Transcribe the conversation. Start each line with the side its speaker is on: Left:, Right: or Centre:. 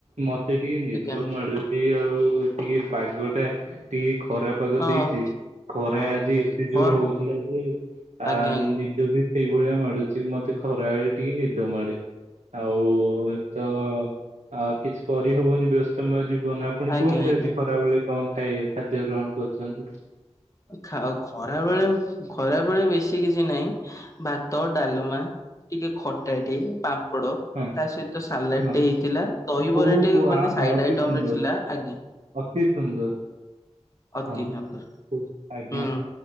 Right: ମତେ ଟିକେ ନିଦ
Left: ଆଜ୍ଞା
Right: ମାଡୁ ଇଏ ଆଉ ଟିକେ ପାଗଟା ଟିକେ ଖରା ପାଗ
Left: ହଁ।
Right: ଦେଇଚି ଖରା
Left: ହଁ
Right: ଆଜି ଏତେ
Left: ହଁ
Right: ଜୋରେ ହଉଥିଲା ଯେ ଆ
Left: ଆଜ୍ଞା ଆଜ୍ଞା
Right: ନିଦବି ସେଇଭଳିଆ ମାଡୁଚି ମତେ ଖରାବେଳେ ଟିକେ ନିଦ ମାଡ଼େ। ଆଉ ତ ଆ କିଛି କରିହବନି ବ୍ୟ ସମୟ ଜୀବନ ଆପଣ
Left: ଆଜ୍ଞା
Right: କୁହନ୍ତି
Left: ଆଜ୍ଞା।
Right: ଆଜି ଖରା ବେଳେ କଣ ଖାଇବେ ଖାଦ୍ୟ ଗ୍ରହଣ କରୁଚନ୍ତି?
Left: ଖାଅ ଖରାବେଳେ ଖରା ବେଳେ ବେଶୀ କିଛି ନାହିଁ ଭାତ, ଡ଼ାଲମା ଟିକେ ଖଟା, ଟିକେ ପାମ୍ପଡ଼ ତା
Right: ହଁ
Left: ସହିତ ସାଲାଟେ
Right: ହଁ
Left: ହେଇଥିଲା, ଦହିବରାଟେ
Right: ଓହୋ
Left: ମାନେ
Right: ଆହା
Left: ସାଇଟ୍
Right: ଅତି
Left: ଆଇଟମରେ
Right: ସୁନ୍ଦର
Left: ଥିଲା ଆଜ୍ଞା।
Right: ଅତି ସୁନ୍ଦର।
Left: ଆତି
Right: ହଁ
Left: ଆନନ୍ଦ।
Right: ଆଜ୍ଞା।
Left: ହୁଁ